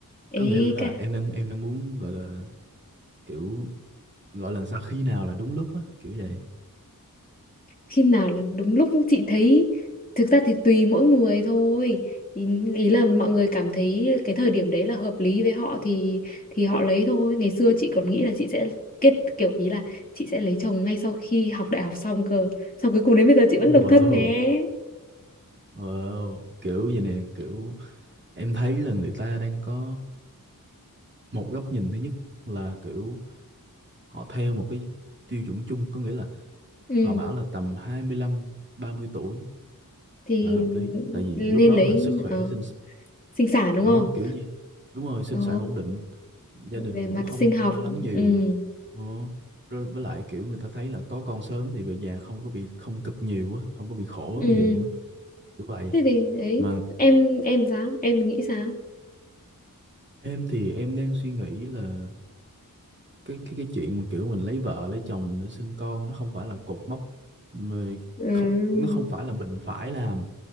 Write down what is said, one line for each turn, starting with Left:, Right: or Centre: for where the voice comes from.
Left: ê
Right: có nghĩa là
Left: cái
Right: em đang em đang muốn gọi là kiểu gọi là sao khi nào là đúng lúc á, kiểu vậy. <laughs>
Left: khi nào là đúng lúc chị thấy thực ra thì tùy mỗi người thôi ý, ý là mọi người cảm thấy cái thời điểm đấy là hợp lý với họ thì thì họ lấy thôi ngày xưa chị còn nghĩ là chị sẽ kết kiểu ý là chị sẽ lấy chồng ngay sau khi học đại học xong cơ xong cuối cùng đến bây giờ chị vẫn
Right: Wow,
Left: độc thân nè
Right: wow, kiểu vậy nè, kiểu em thấy là người ta đang có một góc nhìn thứ nhất là kiểu họ theo một cái tiêu chuẩn chung, có nghĩa là
Left: <laughs> ừ
Right: họ bảo là tầm hai mươi lăm ba mươi tuổi
Left: thì
Right: là hợp lý tại vì
Left: nên
Right: lúc đó
Left: lấy
Right: là sức khỏe
Left: ờ,
Right: sinh
Left: sinh sản đúng
Right: đó
Left: không
Right: kiểu gì đúng rồi sinh
Left: ờ
Right: sản ổn định gia
Left: về
Right: đình
Left: mặt
Right: cũng không
Left: sinh học
Right: lo lắng nhiều
Left: ừ
Right: Ờ, rồi với lại kiểu người ta thấy là có con sớm thì về nhà không có bị không cực nhiều á không có bị khổ
Left: ừ
Right: nhiều á kiểu vậy
Left: thế thì ấy
Right: mà
Left: em em sao em nghĩ sao
Right: em thì em đang suy nghĩ là cái cái cái chuyện mà kiểu mình lấy vợ lấy chồng để sinh con nó không phải là cột mốc mà
Left: ừ
Right: không nó không phải là mình phải làm